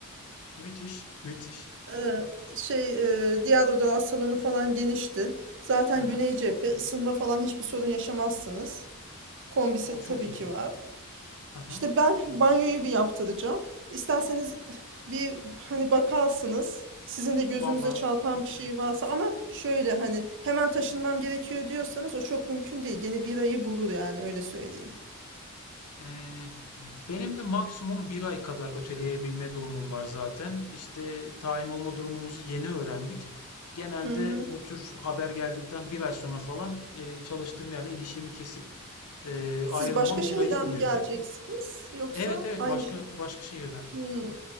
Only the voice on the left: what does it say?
Müthiş, müthiş.
Hı hı.
O çok
iyi.
Hı hı.
Valla
eee, benim de maksimum bir ay kadar öteleyebilme durumum var zaten. İşte tayin olma durumumuzu yeni öğrendik. Genelde
bu tür haber geldikten bir ay sonra falan e, çalıştığım yerle ilişkimi kesip e,
ayrılmam
bir ayı buluyor.
Evet evet
başka
başka şehirden.